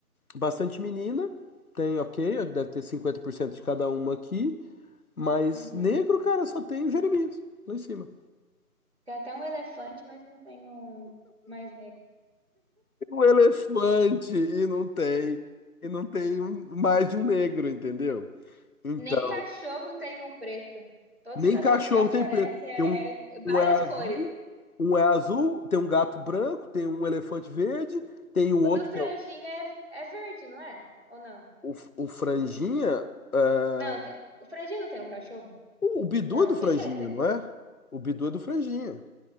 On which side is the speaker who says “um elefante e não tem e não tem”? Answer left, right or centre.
Left